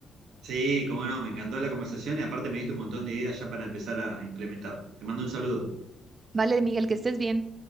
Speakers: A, on the right; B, on the right.
A: Sí, cómo no, me encantó la conversación y aparte me diste un montón de ideas ya para empezar a implementar. Te mando un saludo.
B: Vale, Miguel, que estés bien.